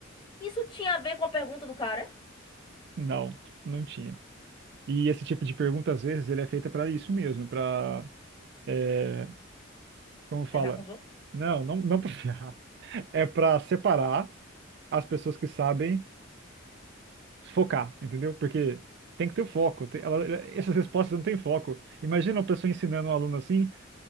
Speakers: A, on the left; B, on the right.
A: isso tinha a ver com a pergunta do cara?
B: Não, não tinha. E esse tipo de pergunta, às vezes, ele é feita pra isso mesmo, pra é, como fala?
A: Ferrar com os outros?
B: Não, não, não para ferrar. <laughs> É para separar as pessoas que sabem focar, entendeu? Porque tem que ter o foco. tem- ela- ela- essas respostas não têm foco. Imagina uma pessoa ensinando um aluno assim